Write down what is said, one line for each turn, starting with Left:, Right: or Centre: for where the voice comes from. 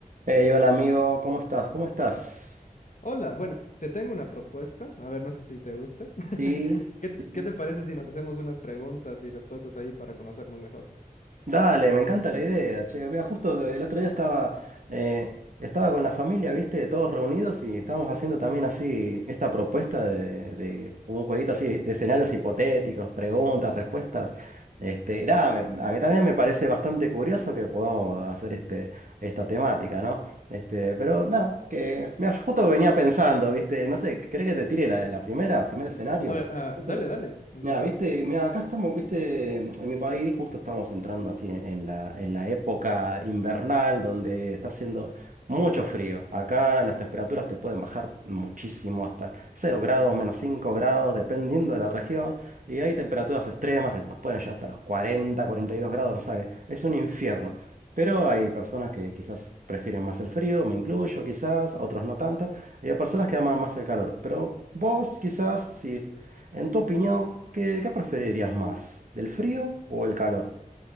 Right: Hey, hola amigo, ¿cómo estás? ¿Cómo estás?
Left: Hola, bueno, te tengo una propuesta. A ver, no sé si te gusta. <laughs>
Right: Sí,
Left: ¿Qué,
Right: sí, sí.
Left: qué te parece si nos hacemos unas preguntas y respuestas ahí para conocernos mejor?
Right: Dale, me encanta la idea. Che, vea, justo el otro día estaba, eh, estaba con la familia, ¿viste? Todos reunidos y estábamos haciendo también así esta propuesta de, de un jueguito así de escenarios hipotéticos, preguntas, respuestas. Este, y nada, me- a mí también me parece bastante curioso que podamos hacer este, esta temática, ¿no? Este, pero nada, que mira, yo justo venía pensando, ¿viste? No sé, ¿crees que te tire la, la primera, primer escenario?
Left: A ver, ah,
Right: Justo
Left: dale, dale, encantado.
Right: Ya, viste, mira, acá estamos, viste, en mi país justo estamos entrando así en la, en la época invernal donde está haciendo mucho frío. Acá las temperaturas te pueden bajar muchísimo, hasta cero grados, menos 5 grados, dependiendo de la región. Y hay temperaturas extremas que nos pueden llegar hasta los cuarenta, cuarenta y dos grados, no sabes, es un infierno. Pero hay personas que quizás prefieren más el frío, me incluyo quizás, otros no tanto. Y hay personas
Left: Mm.
Right: que aman más el calor. Pero vos quizás, si en tu opinión, ¿qué, qué preferirías más? ¿Del frío o el calor?